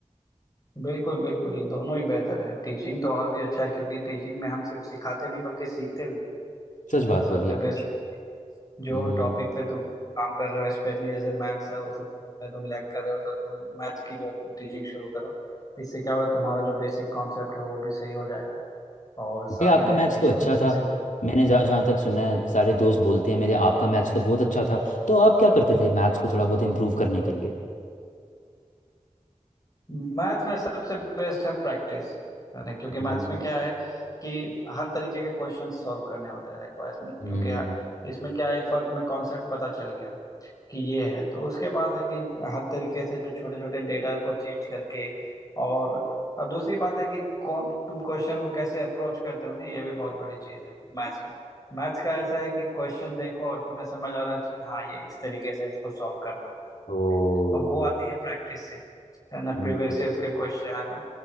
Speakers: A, on the left; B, on the left.
A: बिल्कुल बिल्कुल दोनों ही बेहतर है टीचिंग तो और भी अच्छा है क्योंकि टीचिंग में हम सिर्फ सिखाते नहीं बल्कि सीखते भी हैं
B: सच
A: है ना
B: बात बोली
A: सबसे
B: आपने
A: बेस्ट जो
B: हम्म
A: टॉपिक पे तुम काम कर रहे हो स्पेशली जैसे मैथ्स है उसमें तुम लैग कर रहे हो तो तुम मैथ्स की जो टीचिंग शुरू करो इससे क्या होगा तुम्हारा जो बेसिक कॉन्सेप्ट है वो भी सही हो जाएगा और साथ
B: भैया आपका
A: में
B: मैच
A: है कि
B: तो अच्छा
A: तुम कैसे
B: था मैंने जहाँ जहाँ तक सुना है सारे दोस्त बोलते हैं मेरे आपका मैच तो बहुत अच्छा था तो आप क्या करते थे मैथ्स को थोड़ा बहुत इम्प्रूव करने के लिए
A: मैथ्स में सबसे बेस्ट है प्रैक्टिस है ना क्योंकि मैथ्स
B: हम्म
A: में क्या है कि हर तरीके के क्वेश्चन सॉल्व करने होते हैं देखो ऐसे-
B: हम्म
A: क्योंकि इसमें क्या है एक बार तुम्हें कॉन्सेप्ट पता चल गया कि ये है तो उसके बाद है कि हर तरीके से जो छोटे छोटे डेटा को चेंज करके और अब दूसरी बात है कि कौन तुम क्वेश्चन को कैसे अप्रोच करते हो ना ये भी बहुत बड़ी चीज़ है मैथ्स में मैथ्स का ऐसा है कि क्वेश्चन देखो और तुम्हें समझ आना चाहिए कि हाँ ये इस तरीके से इसको सॉल्व करना है
B: ओ
A: और वो आती है प्रैक्टिस से है ना
B: हम्म
A: प्रीवियस ईयर्स के क्वेश्चन